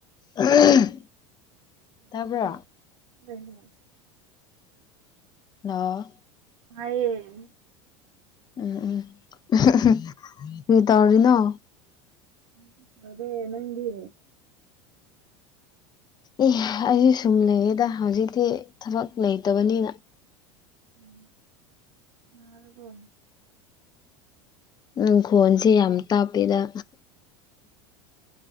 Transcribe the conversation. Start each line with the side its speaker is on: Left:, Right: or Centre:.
Left: <unintelligible>
Right: <unintelligible>
Left: ꯇꯥꯕ꯭ꯔꯣ <unintelligible>
Right: ꯇꯥꯏꯌꯦ
Left: <unintelligible> ꯀꯔꯤ ꯇꯧꯔꯤ ꯅꯣ
Right: <unintelligible> ꯅꯪꯗꯤ
Left: ꯑꯦ ꯑꯩꯁꯦ ꯁꯨꯝ ꯂꯩꯔꯤꯗ ꯍꯧꯖꯤꯛꯇꯤ ꯊꯕꯛ ꯂꯩꯇꯕꯅꯤꯅ
Right: <unintelligible>
Left: ꯎꯝ ꯈꯣꯟꯁꯦ ꯌꯥꯝ ꯇꯥꯞꯄꯦꯗ